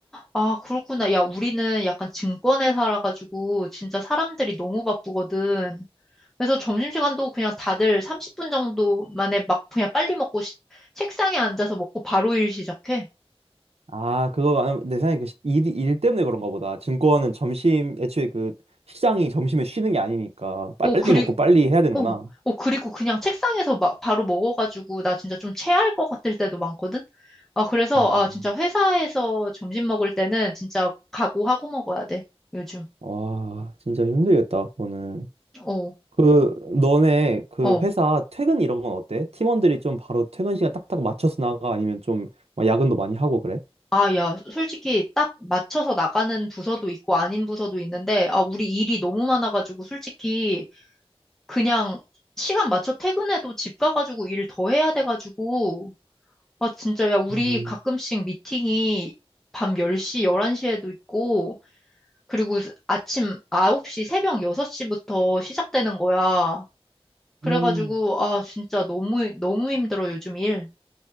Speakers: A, in the centre; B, on the right.
A: 아, 그렇구나. 야, 우리는 약간 증권에 살아가지고 진짜 사람들이 너무 바쁘거든. 그래서 점심시간도 그냥 다들 30분 정도 만에 막 그냥 빨리 먹고 시- 책상에 앉아서 먹고 바로 일 시작해.
B: 아, 그거 아마 내 생각에 그 시- 일, 일 때문에 그런가 보다. 증권은 점심, 애초에 그 시장이 점심에 쉬는 게 아니니까
A: 오,
B: 빨리
A: 그리,
B: 먹고 빨리 해야 되는구나.
A: 어, 어, 그리고 그냥 책상에서 막 바로 먹어가지고 나 진짜 좀 체할 것 같을 때도 많거든? 아, 그래서,
B: 아,
A: 아, 진짜 회사에서 점심 먹을 때는 진짜 각오하고 먹어야 돼, 요즘.
B: 와, 진짜 힘들겠다, 그거는.
A: 어,
B: 그, 너네 그
A: 어.
B: 회사 퇴근 이런 건 어때? 팀원들이 좀 바로 퇴근 시간 딱딱 맞춰서 나가? 아니면 좀막 야근도 많이 하고 그래?
A: 아, 야, 솔직히 딱 맞춰서 나가는 부서도 있고 아닌 부서도 있는데, 아, 우리 일이 너무 많아가지고 솔직히 그냥 시간 맞춰 퇴근해도 집 가가지고 일 더 해야 돼가지고, 아, 진짜, 야, 우리
B: 음.
A: 가끔씩 미팅이 밤 10시, 11시에도 있고, 그리고 스- 아침 9시, 새벽 6시부터 시작되는 거야. 그래가지고,
B: 음.
A: 아, 진짜 너무, 너무 힘들어, 요즘 일.